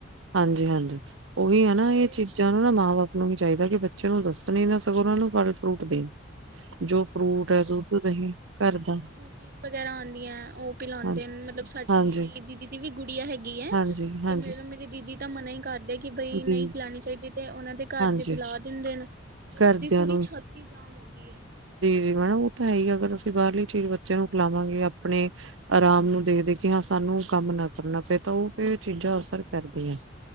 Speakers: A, on the right (about 80°); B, on the right (about 50°).
A: ਹਾਂਜੀ ਹਾਂਜੀ। ਉਹੀ ਹੈ ਨਾ ਇਹ
B: ਫਿਰ
A: ਚੀਜ਼ਾਂ ਨੂੰ ਨਾ ਮਾਂ ਬਾਪ। ਨੂੰ ਵੀ ਚਾਹੀਦਾ ਕਿ ਬੱਚੇ ਨੂੰ ਦੱਸਣ ਹੀ ਨਾ ਸਗੋਂ ਉਹ ਨੂੰ ਫਲ ਫਰੂਟ ਦੇ? ਜੋ ਫਰੂਟ ਹੈ ਦੁੱਧ ਦਹੀਂ ਘਰ ਦਾ।
B: ਚੀਜ਼ ਵਗੈਰਾ ਆਉਂਦੀਆਂ ਉਹ ਪਿਲਾਉਂਦੇ
A: ਹਾਂਜੀ
B: ਨੇ ਮਤਲਬ ਸਾਡੀ
A: ਹਾਂਜੀ
B: ਮੇਰੀ ਦੀਦੀ ਦੀ ਵੀ ਗੁੜੀਆ ਹੈਗੀ ਹੈ
A: ਹਾਂਜੀ ਹਾਂਜੀ
B: ਉਹਨਾਂ ਨੂੰ ਮੇਰੀ ਦੀਦੀ ਤਾ। ਮਨਾ ਹੀ ਕਰ। ਦਿੰਦੇ ਕਿ ਬਈ ਨਹੀਂ
A: ਜੀ
B: ਪਿਲਾਉਣੀ ਚਾਹੀਦੀ ਤੇ ਉਹਨਾਂ ਦੇ? ਘਰ
A: ਹਾਂਜੀ
B: ਦੇ ਪਿਲਾ ਦਿੰਦੇ ਨੇ ਤੇ ਉਹਦੀ
A: ਘਰਦਿਆਂ
B: ਪੂਰੀ ਛਾਤੀ ਜਾਮ ਹੋ ਗਈ ਹੈ?
A: ਤੇ ਮੈਡਮ ਉਹ ਤਾਂ ਹੈ ਹੀ ਅਗਰ ਅਸੀਂ ਬਾਹਰਲੀ ਚੀਜ਼ ਬੱਚਿਆਂ ਨੂੰ ਖਿਲਾਵਾਂਗੇ ਆਪਣੇ ਆਰਾਮ ਨੂੰ ਦੇਖਦੇ ਕਿ ਹਾਂ ਸਾਨੂੰ ਕੰਮ ਨਾ ਕਰਨਾ ਪਏ ਤਾਂ ਉਹ ਫੇਰ ਚੀਜ਼ਾਂ ਅਸਰ ਕਰਦੀਆਂ।